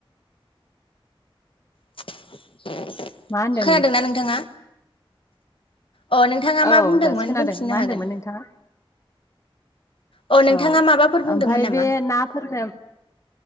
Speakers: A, on the left; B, on the left.
A: <inaudible> <inaudible>
B: मा होनदों
A: खोनादोंना नोंथाङा? अ नोंथाङा
B: औ
A: मा बुंदोंमोन
B: दासो खोनादों
A: बुंफिननो
B: मा होनदोंमोन
A: हागोन
B: नोंथाङा
A: अ नोंथाङा
B: औ
A: माबाफोर बुंदोंमोन
B: ओमफ्राय
A: नामा?
B: बे नाफोरनो